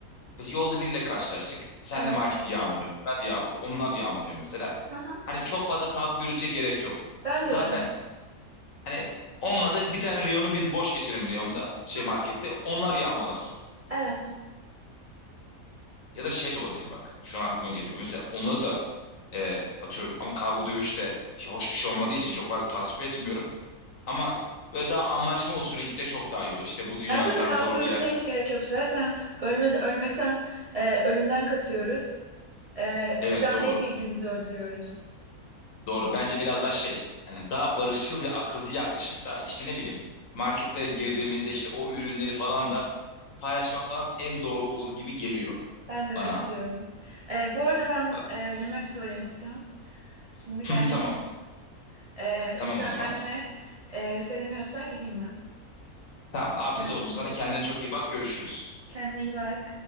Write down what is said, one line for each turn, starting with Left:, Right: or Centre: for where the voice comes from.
Left: mesela yolda biriyle karşılaştık. Sen
Right: Evet.
Left: de marketi yağmalıyorsun. Ben de yağ, onlar da yağmalıyor mesela.
Right: Hı hı,
Left: Hani çok fazla kavga gürültüye gerek yok.
Right: Bence
Left: Zaten
Right: de.
Left: hani olmadı bir tane reyonu biz boş geçelim reyonda şey
Right: hı
Left: markette.
Right: hı,
Left: Onlar
Right: hı
Left: yağmalasın.
Right: hı. Evet.
Left: Ya da şey de olabilir bak. Şu an aklıma geliyor. Mesela onları da e, atıyorum ama kavga dövüşte şey, hoş bir şey olmadığı için çok fazla tasvip etmiyorum. Ama böyle daha anlaşma usulü gitsek çok daha iyi olur. İşte bu dünya
Right: Bence
Left: cidden
Right: de kavga
Left: zor
Right: gürültüye
Left: bir yer.
Right: hiç gerek yok. Zaten ölme, ölmekten, e, ölümden kaçıyoruz. E,
Left: Evet
Right: bir daha
Left: doğru.
Right: neyi birbirimizi öldürüyoruz.
Left: Doğru. Bence biraz daha şey. Hani daha barışçıl ve akılcı yaklaşıp da işte ne bileyim markette girdiğimizde işte o ürünleri falan da paylaşmak falan en doğru olur gibi geliyor
Right: Ben de
Left: bana.
Right: katılıyorum. E, bu arada ben
Left: Bak-
Right: e, yemek söylemiştim. Şimdi
Left: <laughs>
Right: gelmiş.
Left: Tamam.
Right: E,
Left: Tamam
Right: müsaadenle
Left: o zaman.
Right: e, bir şey demiyorsan gideyim ben.
Left: Tamam afiyet
Right: Ben yiyeyim.
Left: olsun sana. Kendine çok iyi bak. Görüşürüz.
Right: Kendine iyi bak.